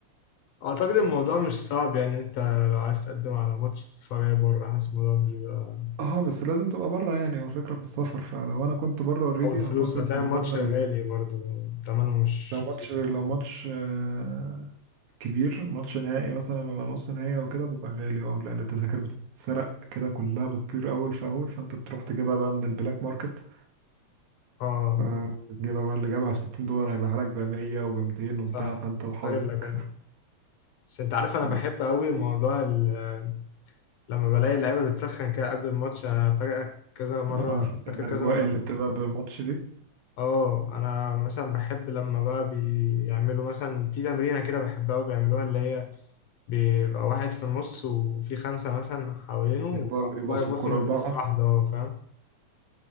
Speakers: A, on the left; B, on the right.
A: اعتقد الموضوع مش صعب يعني انت لو عايز تقدم على ماتش تتفرج عليه بره حاسس الموضوع مش بيبقى
B: اه بس لازم تبقى بره يعني هو الفكرة في السفر فلو انا كنت بره اوريدي
A: او الفلوس
B: اعتقد
A: هتلاقي
B: من
A: الماتش
B: ضمن
A: غالي برضه ثمنه مش
B: لو ماتش
A: رخيص
B: لو ماتش آه، كبير ماتش نهائي مثلا ولا نص نهائي او كده بيبقى غالي اه لان التذاكر بتتسرق كده كلها بتطير اول فاول فانت بتروح تجيبها بقى من البلاك ماركت
A: اه
B: فتجيبها بقى اللي جابها ب 60 دولار هيبقى لك ب 100 و200 وبتاع
A: صح
B: فانت وحظك
A: استغلك يعني
B: <laughs>
A: بس انت عارف انا
B: بس
A: بحب قوي موضوع ال- لما بلاقي اللعيبه بتسخن كده قبل الماتش انا فجأة كذا مره
B: آه،
A: فاكر
B: الاجواء
A: كذا مره
B: اللي بتبقى بالماتش دي
A: اه انا مثلا بحب لما بقى بيعملوا مثلا في تمرينه كده بحبها وبيعملوها اللي هي بيبقى واحد في النص وفي خمسه مثلا حوالينه
B: بيبقى
A: وبيقعدوا
B: بيباصوا
A: بقى يبصوا
B: الكوره
A: من
B: لبعض
A: لمسه واحده اه فاهم